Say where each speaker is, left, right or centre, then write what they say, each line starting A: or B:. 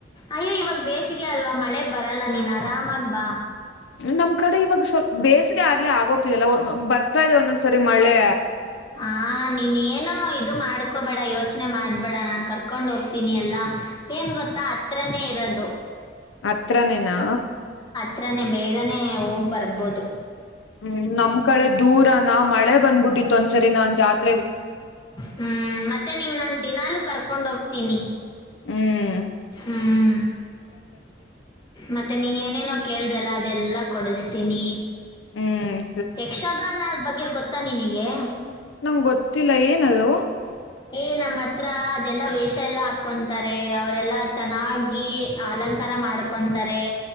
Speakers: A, on the left (about 25°); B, on the left (about 80°).
A: ಅಯ್ಯೋ ಇವಾಗ ಬೇಸಿಗೆ ಅಲ್ವಾ ಮಳೆ ಬರಲ್ಲ ನೀನ ಆರಾಮಾಗ ಬಾ.
B: ನಮ ಕಡೆ ಇವಾಗ ಸ್ವಲ ಬೇಸಿಗೆ ಆಗ್ಲೇ ಆಗೋಗ್ತಿದಲ್ಲ ಬರ್ತಾ ಇದೆ ಒಂದೊಂದ್ಸರಿ ಮಳೆ
A: ಆ ನೀನ ಎನು ಇದು ಮಾಡ್ಕೊಬೇಡ ಯೋಚನೆ ಮಾಡ್ಬೇಡ ನಾನ ಕರ್ಕೊಂಡ ಹೋಗ್ತೀನಿ ಎಲ್ಲಾ ಏನ್ ಗೊತ್ತಾ ಹತ್ರನೇ ಇರೋದು.
B: ಅತ್ರನೇನಾ
A: ತ್ರನೇ ಬೇಗನೆ ಹೋಗ ಬರ್ಬೋದು.
B: ಹ್ಮ ನಮ್ ಕಡೆ ದೂರ ನಾ ಮಳೆ ಬಂದ್ಬಿಟ್ಟಿತ್ತು ಒಂದ್ಸರಿ ನಾನ್ ಜಾತ್
A: ಹ್ಮ ಮತ್ತೆ ನಿಂಗ ನಾನ ದಿನಲು ಕರ್ಕೊಂಡ ಹೋಗ್ತೀನಿ.
B: ಹ್ಮ.
A: ಹ್ಮ ಮತ್ತೆ ನೀನ ಏನೇನೋ ಕೇಳ್ದಲ್ಲ ಅದೆಲ್ಲಾ ಕೊಡಸಸ್ತೀನಿ.
B: ಹ್ಮ.
A: ಯಕ್ಷಗಾನ ಬಗ್ಗೆ ಗೊತ್ತ ನಿನಗೆ
B: ನಂಗ ಗೊತ್ತಿಲ್ಲ ಏನದು.
A: ಏ ನಮ್ಮ ಹತ್ರ ಅದೆಲ್ಲಾ ವೇಷ ಎಲ್ಲಾ ಹಾಕೊಂತಾರೆ ಅವ ರೇಲ್ಲ ಚೆನ್ನಾಗಿ ಅಲಂಕಾರ ಮಾಡ್ಕೊಂತಾರೆ